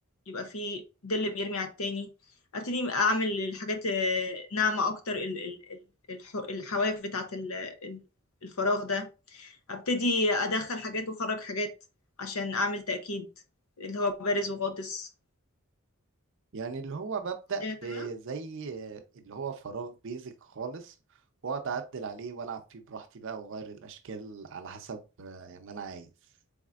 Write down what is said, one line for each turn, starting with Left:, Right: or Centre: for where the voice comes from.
Left: يبقى فيه ظل بيرمي على التاني أبتدي أعمل الحاجات آه، ناعمة أكتر ال- ال- ال- الح- الحواف بتاعة ال- ال- الفراغ ده أبتدي أدخل حاجات وأخرج حاجات عشان أعمل تأكيد اللي هو بارز وغاطس
Right: يعني اللي هو ببدأ
Left: الدنيا تمام
Right: بزي آه، اللي هو فراغ بيزك خالص واقعد اعدل عليه والعب فيه براحتي بقى واغير الاشكال على حسب آه، ما انا عايز